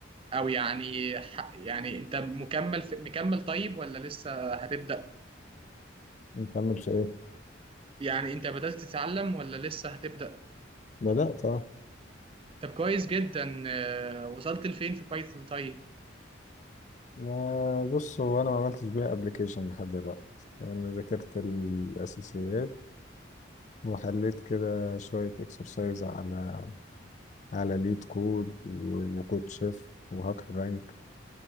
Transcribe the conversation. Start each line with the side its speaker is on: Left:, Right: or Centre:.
Right: او يعني ح- يعني انت مكمل في مكمل طيب ولا لسه هتبدا
Left: نكمل في ايه
Right: يعني انت بدات تتعلم ولا لسه هتبدا
Left: بدأت اه
Right: طب كويس جدا آه، وصلت لفين في بايثون طيب
Left: ما- بص هو انا ما عملتش بيها ابلكيشن لحد دلوقتي انا ذاكرت الاساسيات وحليت كده شوية اكسرسايز على على ليد كود و- وكود شيف وهاكر رانك